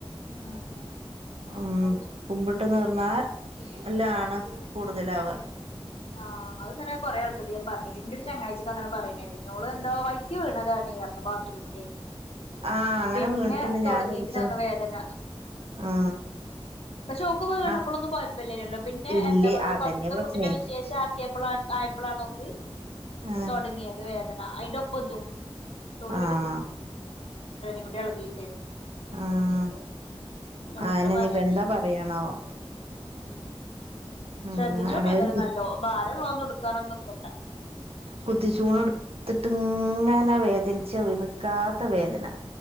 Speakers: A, on the left; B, on the right.
A: ഉം ഉം
B: ഉമ്
A: അത് ശരി
B: ഇട്ട് നിർന്നാൽ എല്ലാണ് കൂടുതല് ആവുക
A: ആഹ് അത്ങ്ങനെ കൊറെ ആൾക്ക് ഞാൻ പറഞ്ഞിട്ട്ണ്ട് ഇന്റെ ഒരു ചങ്ങായിക്ക് അങ്ങനെ പറയുന്ന കേട്ട് പിന്നെ ഓള് എന്തോ വൈറ്റി വീണതാണ് ബാത്‌റൂമിൽ
B: ആഹ് അങ്ങനെ
A: പിന്നെ
B: വീണിട്ടുണ്ട്
A: തുടങ്ങിയിരിക്കുന്നാണ്
B: ഞാനൊരീസം
A: വേദന
B: ആ
A: പക്ഷെ ഓക്ക് വീണപ്പോളോന്നും
B: ആഹ്
A: കുഴപ്പില്ലല്ലോ പിന്നെ
B: ഇല്ലേ
A: എന്താ പോ
B: അതന്നെ
A: ഫസ്റ്റ്ത്തെ
B: പ്രശ്നേ
A: കുട്ടിനെ വിശേഷം ആക്കിയപ്പൾ ആണ് ആയപ്പോൾ ആണ് ഓക്ക്‌
B: ആഹ്
A: തോടങ്ങിയത് വേദന പോതും <unintelligible> തല
B: ആഹ്
A: മുടി ഇളഗിട്ട്
B: ആഹ്
A: ഓളിങ്ങനെ
B: അയന്നെ
A: പറയിനി
B: ഇനിയിപ്പ എന്താ പറയാണാവോ
A: ഉമ്
B: ആഹ്
A: ശ്രദ്ധിച്ചുകോണ്ട്
B: എടവൽ
A: യെതായലും നല്ലോ ഭാരം ഒള്ള ഒന്നും എടുക്കാനൊന്നും നിക്കണ്ട
B: കുത്തി ചൂണ് എടുത്തിട്ട് ഇങ്ങാനാ വേദനിച്ചു അവിടന്ന് കാത്ത വേദന
A: ഉം